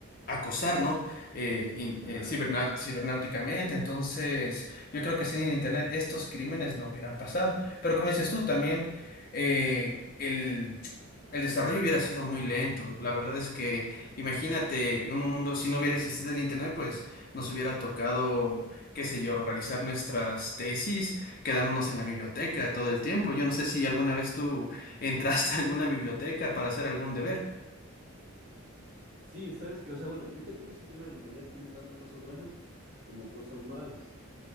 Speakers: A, on the left; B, on the right.
A: acosar, ¿no? Eh, in-
B: Claro.
A: eh, ciberna- cibernáuticamente. Entonces, yo creo que sin el Internet estos crímenes no hubieran pasado. Pero como dices tú, también eh, el, el desarrollo hubiera sido muy lento. La verdad es que, imagínate, en un mundo, si no hubiera existido el Internet, pues nos hubiera tocado, qué sé yo, realizar nuestras tesis, quedándonos en la biblioteca todo el tiempo. Yo no sé si alguna vez tú entraste <laughs> a alguna biblioteca para hacer algún deber.
B: Sí, sabes que, o sea, bueno, yo cacho que ese tema del Internet tiene tantas cosas buenas como cosas malas.